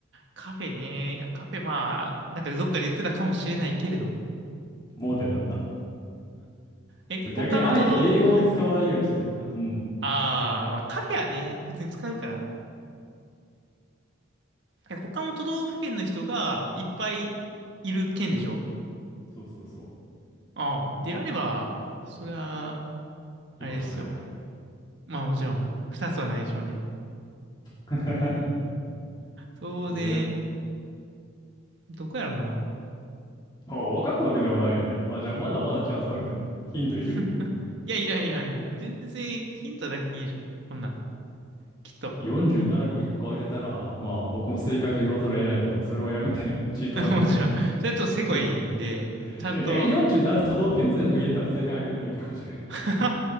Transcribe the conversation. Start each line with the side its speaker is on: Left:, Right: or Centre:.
Right: カフェね。いや、カフェ、まあ、なんかどっかで言ってたかもしれないけれど。
Left: 盲点だった。
Right: え、他の都道、
Left: 逆にあえて英語を使わないようにしてたから。
Right: はい。
Left: うん。
Right: ああ、まあカフェはね、普通に使うから。え、他の都道府県の人がいっぱいいる県でしょ
Left: そうそうそ
Right: ああ、であれば、それはあれですよ。
Left: う。1個しかない。
Right: まあもちろん、二つはないでしょうね。
Left: <laughs>
Right: 当然、
Left: でね、
Right: どこやろな。
Left: まあ、分かったわけではないのね。あ、じゃあまだまだチャンスあるで。ヒントいる
Right: <laughs> いや、いらん、いらん、いらん。全然ヒントなくていいでしょ。こんなん。きっと。
Left: 47個1個当てたら、まあ僕も正解と言わざるを得ないけど、それはやめてね。<laughs> チートだからね、
Right: <laughs> もちろん。
Left: それ。
Right: それはちょっとせこいんで、
Left: <laughs>
Right: ちゃんと、
Left: でも逆に47都道府県全部言えたら正解あげてもいいかもしれん。
Right: <laughs>